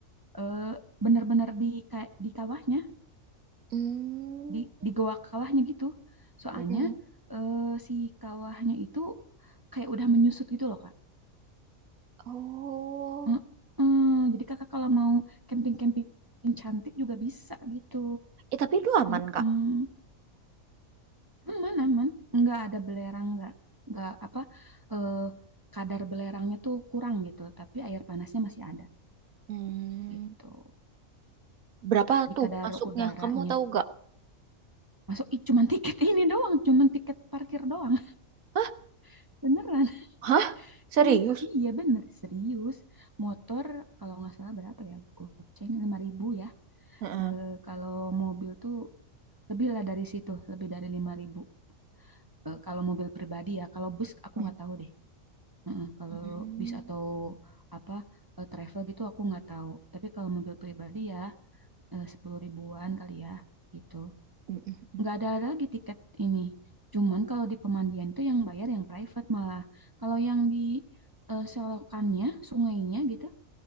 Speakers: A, on the right; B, on the right.
A: eh, bener-bener di ka- di kawahnya
B: Hmm,
A: di di goa kawahnya gitu soalnya
B: mm-mm.
A: eh, si kawahnya itu kayak udah menyusut gitu loh kak
B: Oh.
A: Mm-mm. jadi kakak kalau mau camping-camping cantik juga bisa gitu
B: Eh tapi itu aman
A: Mm-mm.
B: Kak.
A: aman aman nggak ada belerang nggak nggak apa eh, kadar belerangnya tuh kurang gitu, tapi air panasnya masih ada.
B: Hmm.
A: gitu
B: Berapa
A: di
B: tuh
A: kadar
B: masuknya?
A: udaranya
B: Kamu tahu gak?
A: masuk ih cuman tiket ini doang cuman tiket parkir doang
B: Hah?
A: <laughs> beneran
B: Hah? Serius?
A: cuman iya bener serius motor kalau nggak salah berapa ya goceng lima ribu ya
B: Heeh.
A: Eh, kalau mobil tuh lebih lah dari situ lebih dari lima ribu Eh, kalau mobil pribadi ya kalau bus aku
B: Hmm.
A: nggak tahu deh mm kalau
B: Hmm.
A: bis atau apa eh, travel gitu aku nggak tahu tapi kalau mobil pribadi ya eh, sepuluh ribuan kali ya gitu
B: Hmm. Hmm.
A: nggak ada lagi tiket ini. Cuman kalau di pemandian tuh yang bayar yang private malah. Kalau yang di eh, selokannya, sungainya gitu,